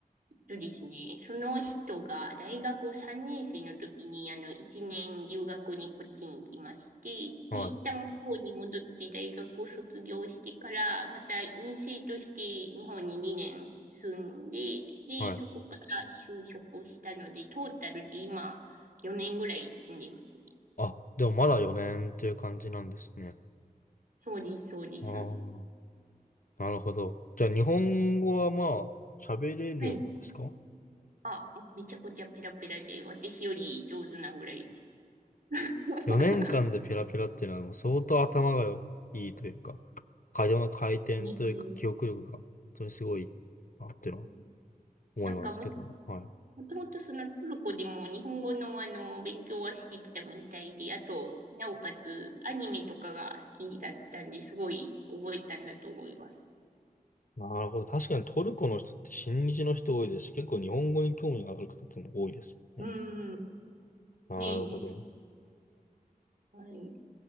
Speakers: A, on the right; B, on the left.
A: そうですね。その人が大学3年生の時に、あの、1年留学にこっちに来まして、
B: はい、
A: で、一旦向こうに戻って大学を卒業してから、また院生として日本に2年住んで、で、
B: はい。
A: そこから就職したので、トータルで今4年ぐらい住んでますね。
B: あ、でもまだ4年っていう感じなんですね。
A: そうです、そうです。
B: ああ、なるほど。じゃあ、日本語はまあ、喋れるんですか
A: はい。あ、めちゃくちゃペラペラで、私より上手なぐらいです。<laughs>
B: ?4 年間でペラペラっていうのはもう相当頭がいいというか、会話の回転というか、
A: ねえ、ね
B: 記憶力が本当にすごいなっていうのは
A: え
B: 思いますけども。
A: なんかも
B: はい。
A: もともとそのトルコでも日本語のあの勉強はしてきたみたいで、あと、なおかつアニメとかが好きだったんですごい覚えたんだと思います。
B: なるほど。確かにトルコの人って親日の人多いですし、結構日本語に興味がある方っても多いですよね。
A: うん、
B: なるほど。
A: ねえです。はい。